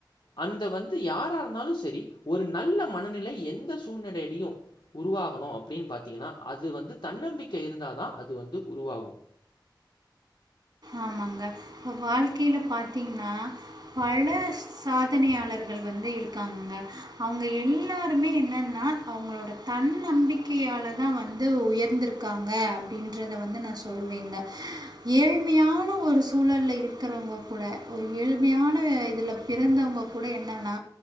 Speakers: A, on the left; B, on the right.
A: அந்த வந்து யாரா இருந்தாலு செரி ஒரு நல்ல மனநிலை எந்த சூழ்நிலையிலியு உருவாகணு அப்டின்னு பாத்தீங்கன்னா அது வந்து தன்னம்பிக்கை இருந்தாதா அது வந்து உருவாகு
B: ஆமாங்க இப்ப வாழ்க்கையில பாத்தீங்கன்னா பல சாதனையாளர்கள் வந்து இருக்காங்கங்க அவுங்க எல்லாருமே என்ன ஒரு தன்னம்பிக்கையால தா வந்து உயர்ந்திருக்காங்க அப்டின்றத வந்து நா சொல்வேங்க ஏழு
A: <inaudible>
B: ஒரு சூழலல்ல இருக்கிறவங்க கூட ஒரு ஏழ்மையான இதில பிறந்தவங்க கூட என்னன்னா